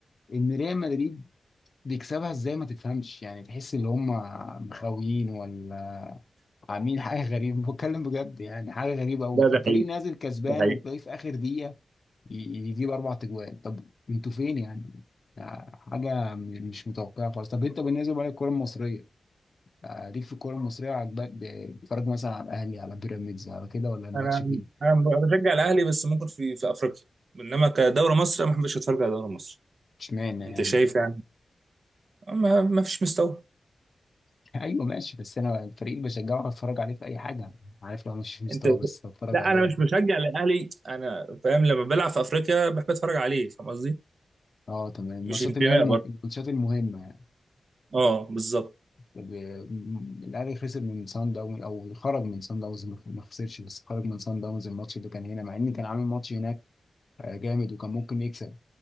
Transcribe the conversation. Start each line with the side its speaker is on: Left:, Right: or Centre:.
Left: ان ريال مدريد بيكسبها ازاي ما تفهمش يعني تحس ان هم مخاويين ولا عاملين حاجه غريبه بتكلم بجد يعني حاجه غريبه قوي
Right: لا ده
Left: الفريق
Right: حقيقي
Left: نازل كسبان
Right: ده حقيقي
Left: وتلاقيه في اخر دقيقه ي- يجيب اربع تجوان طب انتوا فين يعني آه، حاجه م- مش متوقعه خالص طب انت بالنسبه لك الكره المصريه آه، ليك في الكوره المصريه عاجباك ب- بتتفرج مثلا على الاهلي على بيراميدز على كده ولا مالكش
Right: انا
Left: فيه
Right: انا بشجع الاهلي بس ممكن في في افريقيا انما كدوري مصر أنا ما بحبش اتفرج على دوري مصر
Left: اشمعنى
Right: انت
Left: يعني
Right: شايف يعني ما ما فيش مستوى
Left: <laughs> ايوه ماشي بس انا الفريق اللي بشجعه هتفرج عليه في اي حاجه عارف لو مش في مستوى
Right: انت
Left: بس هتفرج
Right: لا
Left: عليه
Right: انا مش بشجع الاهلي انا فاهم لما بلعب في افريقيا بحب اتفرج عليه فاهم قصدي
Left: اه تمام الماتشات
Right: مش انتماء
Left: اللي هي الم-
Right: برضه
Left: الماتشات المهمه
Right: اه بالظبط
Left: طب م- الاهلي خسر من سان داونز او خرج من سان داونز ما ما خسرش بس خرج من سان داونز الماتش اللي كان هنا مع ان كان عامل ماتش هناك آه، جامد وكان ممكن يكسب